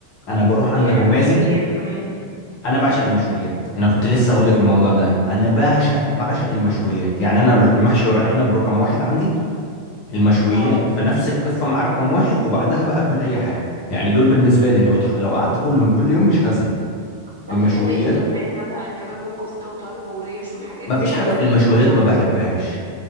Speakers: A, on the left (about 40°); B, on the right (about 75°).
A: انا بروح
B: بيعمل
A: عند ابو مازن
B: مشويات كمان
A: انا بعشق المشويات انا كنت لسه هقول
B: مم.
A: لك الموضوع ده انا بعشق بعشق المشويات يعني انا محشي ورق عنب رقم واحد عندي المشويات
B: اه
A: فنفس الكفه مع رقم واحد وبعدها بقى اكل اي حاجه يعني دول بالنسبه لي لو لو قعدت كلهم كل يوم مش هزهق
B: طب
A: المشويات
B: بتحب ايه في المشويات مثلا كباب وكفتة وطرب وريش والحاجات
A: ما
B: دي
A: فيش حاجه
B: ولا
A: في
B: ليك
A: المشويات
B: حاجة معينة
A: ما بحبهاش